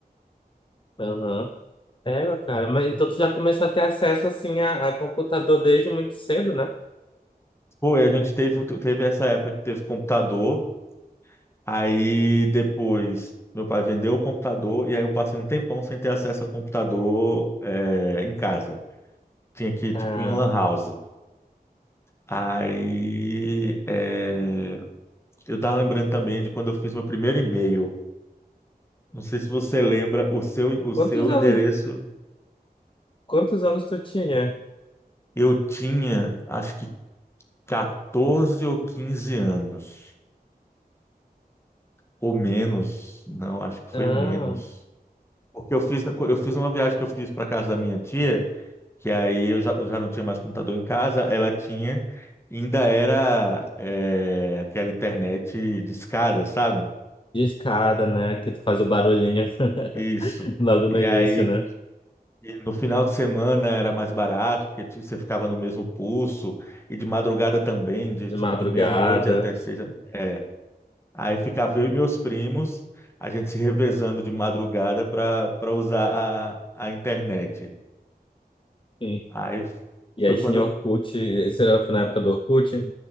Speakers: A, on the left (about 30°); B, on the left (about 15°).
A: Aham. É, meu cara, mas então tu já começou a ter acesso assim a, a computador desde muito cedo, né?
B: Pô, e a gente teve, teve essa época que teve computador. Aí depois meu pai vendeu o computador e aí eu passei um tempão sem ter acesso ao computador é, em casa. Tinha que ir
A: Ah.
B: tipo em lan house.
A: <laughs>
B: Aí é, eu tava lembrando também de quando eu fiz meu primeiro e-mail. Não sei se você lembra, o seu, o
A: Quantos
B: seu
A: anos,
B: endereço
A: quantos anos tu tinha?
B: eu tinha acho que 14 ou 15 anos. Ou menos. Não, acho que foi
A: Ah,
B: menos. Porque eu fiz, eu fiz uma viagem que eu fiz para casa da minha tia. que aí eu já, eu já não tinha mais computador em casa, ela tinha, ainda era é, aquela internet discada, sabe?
A: discada, né? Que tu faz o barulhinho
B: Isso.
A: <laughs> logo
B: E
A: no início,
B: aí
A: né?
B: e no final de semana era mais barato, porque ti- você ficava no mesmo pulso, e de madrugada também, de
A: De
B: tipo
A: madrugada.
B: de meia-noite até seis. É. Aí ficava eu e meus primos, a gente se revezando de madrugada para para usar a, a internet.
A: <laughs>
B: Aí f-
A: E
B: foi
A: aí
B: quando
A: tinha Orkut, isso era na época do Orkut?